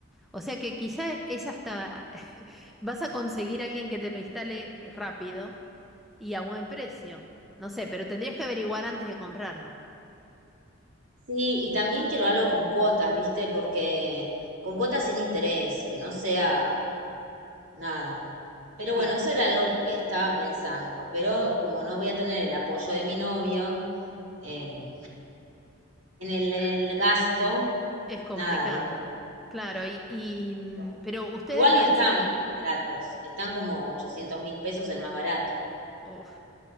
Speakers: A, in the centre; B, on the right.
A: O sea que quizá es hasta <laughs> vas a conseguir a alguien que te lo instale rápido y a buen precio. No sé, pero tendrías que averiguar antes de comprarlo.
B: Sí, y también quiero algo con cuotas, ¿viste? Porque con cuotas sin interés, que no sea nada. Pero
A: Claro,
B: bueno, eso era algo que estaba pensando, pero como no voy a tener el apoyo de mi novio eh, en el, en el gasto,
A: es complicado.
B: nada, digo.
A: Claro, y, y, mm,
B: yo.
A: pero ustedes
B: Igual
A: piensan,
B: no están baratos, están como ochocientos mil pesos el más barato.
A: Uf,